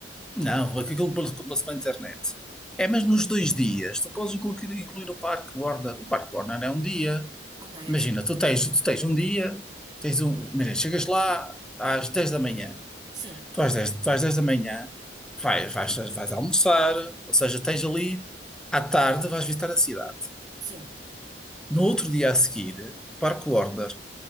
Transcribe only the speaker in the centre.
Não, Rui, que aquilo compra-se pela internet. É, mas nos dois dias, tu podes incluir, incluir o Parque Warner. O Parque Warner é um dia.
Imagina,
tu tens, tu tens um dia, tens um, imagina, chegas lá às 10 da manhã.
Tu às dez tu às 10 da manhã vais, vais, vais almoçar, ou seja, tens ali, à tarde vais visitar a cidade.
No outro dia a seguir, Parque Warner.